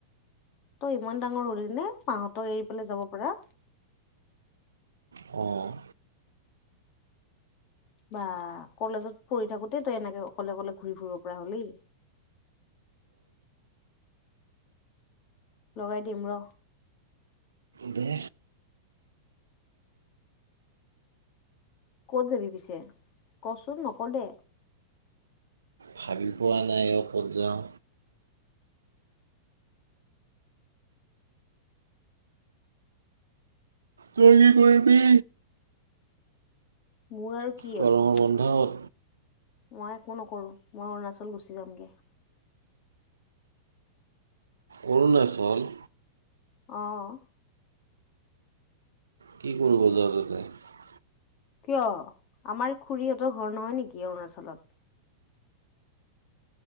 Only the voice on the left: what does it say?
তই ইমান ডাঙৰ হলি নে মাহঁতক এৰি পেলাই যাব পাৰা।
বা কলেজত পঢ়ি থাকোতে তই এনেকে অকলে অকলে ঘূৰি ফুৰিব পৰা হলি। লগাই দিম ৰ।
কত যাবি পিছে কচোন নক দে।
মোৰ আৰু কি
আৰু
মই একো নকৰোঁ মই অৰুণাচল গুচি যামগৈ।
অঁ।
কিয় আমাৰ খুৰীহঁতৰ ঘৰ নহয় নেকি অৰুণাচলত।